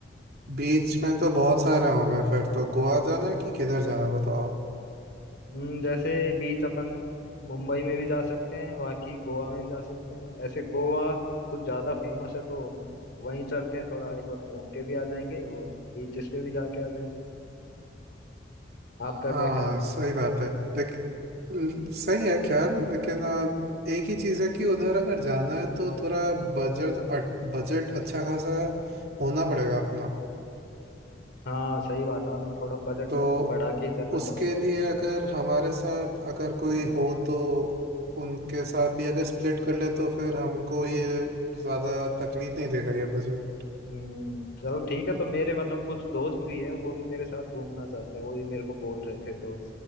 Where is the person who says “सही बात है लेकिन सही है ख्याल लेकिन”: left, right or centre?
Right